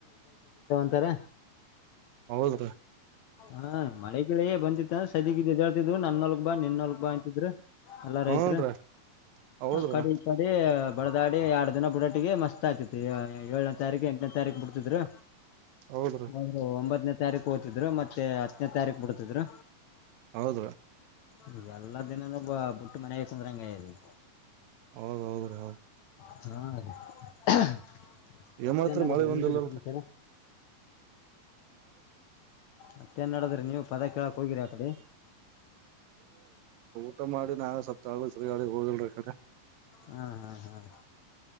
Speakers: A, on the left; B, on the right.
A: ತ್ತರ
B: ಹೌದ್ರೀ
A: ಹಾ ಮಳೆಗಳೇ ಬಂದಿತ್ತು ಸದಗಿದ್ದ ಜ ನನ್ನ ಬಾ ನಿನ್ನೊಲ್ ಬಾ ಅಂತಿದ್ರ ಎಲ್ಲ
B: ಹೂನ್
A: ರೈತ್
B: ರೀ ಹೌದ್ರಿ
A: ಕಡೆ ಕಡೆ <inaudible> ಬಡದಾಡಿ ಎರಡ್ ದಿನ ಬ ಬಿುಡೋಟ್ಟಿಗೆ ಮಸ್ತ್ ಆಯತಿ ಏಳನೇ ತಾರೀಕು ಎಂಟನೇ ತಾರೀಕು ಬಿಡ್ತಿದ್ರು
B: ಹೌದ್ರಿ
A: ಹ ಒಂಬತ್ತನೇ ತಾರೀಕು ಕೋತಿದ್ ಮತ್ತೆ ಮತ್ತೆ ಹತ್ತನೇ ತಾರೀಕು ಬಿಡ್ತಿದ್ರು
B: ಹೌದ್ರಾ
A: ಇ ಎಲ್ಲಾ ದಿನನ ಬ ಬುಟ್ಟ ಮನೆಗೆ ಕುಂದ್ರಂಗದೆ
B: ಹೌದ್ದ್ರಾ
A: ಹಾ ರೀ <unintelligible>
B: ಏ
A: ಮತ್ತೇನ್
B: ಮಾಡತ್ರ
A: ನಡದ್ರಿ
B: ಮಳೆ ಬಂದಿಲ್ಲಲ್ರ
A: ನಿಮ್ ಕಡೆ ಸಮಾಚಾರ. ಮತ್ತೆನ್ನಡದ್ರ <inaudible> ನೀವು ಪದ ಕೇಳಕ್ ಹೋಗಿರಿ ಆ ಕಡೆ
B: ಊ ಮಾಡ ನಾವೇ ಸಪ್ತಗಾಗೆ ಹೋಗಿಲ್ <inaudible>
A: ಹ್ಮ್ ಹ್ಮ್ ಹ್ಮ್